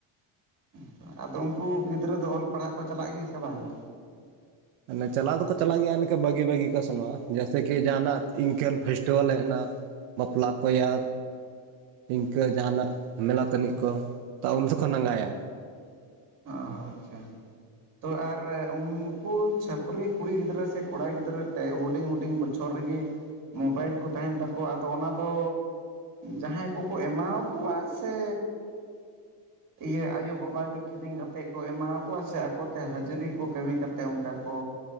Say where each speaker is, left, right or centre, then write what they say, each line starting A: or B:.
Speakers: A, on the right; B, on the right.
A: ᱦᱮᱸᱛᱚ ᱟᱫᱚ ᱩᱱᱠᱩ ᱜᱤᱫᱽᱨᱟᱹ ᱫᱚ ᱚᱞ ᱯᱟᱲᱦᱟᱜ ᱠᱚ ᱪᱟᱞᱟᱜ ᱜᱮ ᱥᱮ ᱵᱟᱝ ᱜᱮ?
B: ᱢᱟᱱᱮ ᱪᱟᱞᱟᱣ ᱫᱚᱠᱚ ᱪᱟᱞᱟᱜ ᱜᱮᱭᱟ ᱱᱤᱠᱟᱹ ᱵᱷᱟᱹᱜᱤ ᱵᱷᱟᱹᱜᱤ ᱠᱚ ᱥᱮᱱᱚᱜᱼᱟ ᱡᱮᱭᱥᱮ ᱠᱤ ᱡᱟᱦᱟᱱᱟ ᱤᱱᱠᱟᱹᱱ ᱯᱷᱮᱥᱴᱤᱵᱷᱮᱞ ᱦᱮᱡ ᱮᱱᱟ ᱾ ᱵᱟᱯᱞᱟᱜ ᱠᱚᱭᱟ ᱤᱱᱠᱟᱹ ᱡᱟᱦᱟᱱᱟᱜ ᱢᱮᱞᱟ ᱛᱟᱹᱱᱤᱡ ᱠᱚ ᱛᱚ ᱩᱱ ᱫᱚᱠᱚ ᱱᱟᱸᱜᱟᱭᱟ ᱾
A: ᱚ ᱟᱪᱪᱷᱟ ᱾ ᱛᱚ ᱟᱨ ᱩᱱᱠᱩ ᱪᱷᱟᱹᱯᱨᱤ ᱠᱩᱲᱤ ᱜᱤᱫᱽᱨᱟᱹ ᱥᱮ ᱠᱚᱲᱟ ᱜᱤᱫᱽᱨᱟᱹ ᱴᱮ ᱦᱩᱰᱤᱧ ᱦᱩᱰᱤᱧ ᱵᱚᱪᱷᱚᱨ ᱥᱩᱨ ᱨᱮ ᱜᱮ ᱢᱳᱵᱟᱭᱤᱞ ᱠᱚ ᱛᱟᱦᱮᱱ ᱛᱟᱠᱚᱣᱟ ᱟᱫᱚ ᱚᱱᱟ ᱫᱚ ᱡᱟᱦᱟᱸᱭ ᱠᱚᱠᱚ ᱮᱢᱟᱠᱚᱣᱟ ᱥᱮ ᱤᱭᱟᱹ ᱟᱭᱳᱼᱵᱟᱵᱟ ᱜᱮ ᱠᱤᱨᱤᱧ ᱠᱟᱛᱮ ᱠᱚ ᱮᱢᱟ ᱠᱚᱣᱟ ᱥᱮ ᱟᱠᱚᱛᱮ ᱦᱟᱹᱡᱨᱤ ᱠᱚ ᱠᱟᱹᱢᱤ ᱠᱟᱛᱮ ᱚᱱᱠᱟ ᱠᱚ